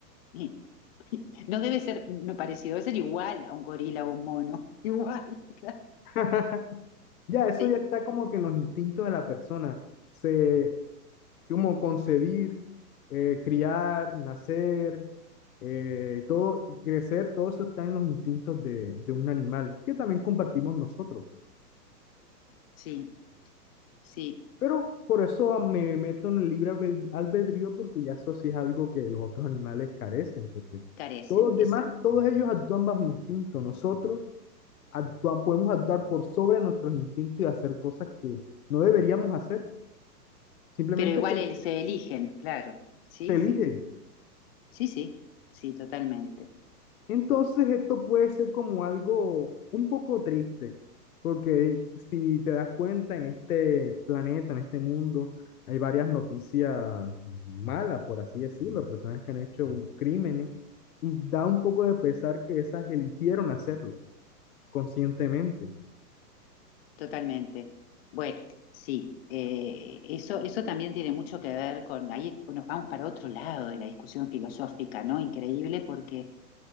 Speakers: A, on the left; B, on the left.
A: eh, No debe ser no parecido, debe ser igual a un gorila o un mono. <laughs> Igual, claro.
B: <laughs> Ya, eso
A: Sí,
B: ya está como que en los instintos de la persona. Se, como concebir, eh, criar, nacer, eh, todo, crecer, todo eso está en los instintos de, de un animal, que también compartimos nosotros.
A: sí, sí,
B: Pero por eso me meto en el libre albedrío, porque ya eso sí es algo que los otros animales carecen, porque
A: carecen,
B: todos los
A: exacto.
B: demás, todos ellos actúan bajo instinto. Nosotros actua- podemos actuar por sobre nuestros instintos y hacer cosas que no deberíamos hacer, simplemente
A: Pero igual
B: porque
A: el- se eligen, claro. Sí,
B: te elige.
A: sí, sí, sí, sí, totalmente,
B: Entonces esto puede ser como algo un poco triste, porque si te das cuenta en este planeta, en este mundo, hay varias noticias malas, por así decirlo, personas que han hecho un- crímenes, y da un poco de pesar que esas eligieron hacerlo conscientemente.
A: totalmente. Bueno, sí, eh, eso, eso también tiene mucho que ver con, ahí nos vamos para otro lado de la discusión filosófica, ¿no? Increíble porque